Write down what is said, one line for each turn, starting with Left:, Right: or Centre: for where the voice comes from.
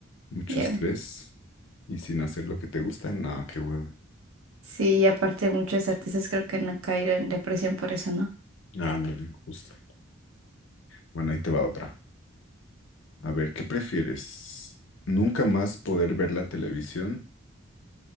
Left: Mucho
Right: ya.
Left: estrés y sin hacer lo que te gusta, no, qué huevo.
Right: Sí, y aparte muchos artistas creo que han caído en depresión por eso, ¿no?
Left: Ah, no, justo. Bueno, ahí te va otra. A ver, ¿qué prefieres? ¿Nunca más poder ver la televisión?